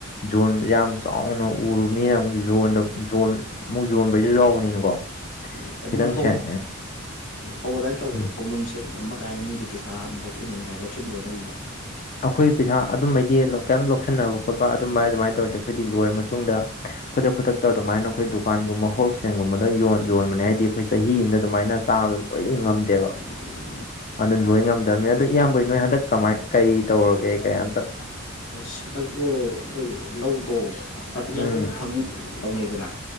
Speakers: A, on the left; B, on the left.
A: ꯖꯣꯟ ꯌꯥꯝ ꯆꯥꯎꯅ ꯎꯔꯨꯕꯅꯤꯅ ꯑꯃꯨꯛ ꯖꯣꯟꯗ ꯖꯣꯟ ꯑꯃꯨꯛ ꯖꯣꯟꯕꯩꯖꯨ ꯌꯥꯎꯕꯅꯤꯅꯀꯣ
B: <unintelligible>
A: ꯈꯤꯇꯪ ꯁꯦꯟ
B: ꯐꯧ ꯑꯗꯥꯏ ꯇꯧꯕꯗꯣ
A: ꯎꯝ
B: ꯐꯧꯅꯝ ꯁꯦꯟ ꯊꯝꯕ ꯀꯥꯏꯅ ꯃꯤꯗꯤ ꯄꯩꯁꯥ ꯍꯥꯟꯅ ꯂꯧꯁꯤꯟꯅꯩ ꯍꯥꯏ ꯂꯧꯁꯤꯟꯕ꯭ꯔꯣ ꯅꯣꯏꯒꯤꯕꯣ
A: ꯑꯩꯈꯣꯏ ꯄꯩꯁꯥ ꯑꯗꯨꯕꯩꯗꯤ ꯀꯩꯝ ꯂꯧꯁꯤꯟꯅꯕ ꯈꯣꯠꯄ ꯑꯗꯨꯃꯥꯏ ꯑꯗꯨꯃꯥꯏꯅ ꯇꯧꯔꯣꯏꯗ ꯑꯩꯈꯣꯏꯗꯤ ꯂꯣꯏꯔ ꯃꯇꯨꯡꯗ ꯈꯨꯗꯛ ꯈꯨꯗꯛꯇ ꯑꯗꯨꯃꯥꯏꯅ ꯑꯩꯈꯣꯏ ꯗꯨꯀꯥꯟꯒꯨꯝꯕ ꯍꯣꯜꯁꯦꯜꯒꯨꯝꯕꯗ ꯌꯣꯟ ꯌꯣꯟꯕꯅꯦ ꯍꯥꯏꯗꯤ ꯑꯩꯈꯣꯏ ꯆꯍꯤ ꯑꯃꯗ ꯑꯗꯨꯃꯥꯏꯅ ꯆꯥꯕꯗ ꯂꯣꯏꯗꯤ ꯉꯝꯗꯦꯕ
B: <inaudible>
A: ꯑꯗꯨꯅ ꯂꫭꯏ ꯉꯝꯗꯕꯅꯤ ꯑꯗꯨ ꯏꯌꯥꯝꯕꯩ ꯅꯣꯏ ꯍꯟꯗꯛ ꯀꯃꯥꯏ ꯀꯩ ꯇꯧꯔꯒꯦ ꯀꯩꯟꯇꯛ
B: ꯁꯤꯗꯛꯇꯣ ꯂꯧꯗꯣ ꯐꯔꯇꯤꯂꯥꯏꯖꯔꯁꯨ
A: ꯎꯝ
B: ꯐꯪꯉꯤ ꯇꯧꯅꯩꯗꯅ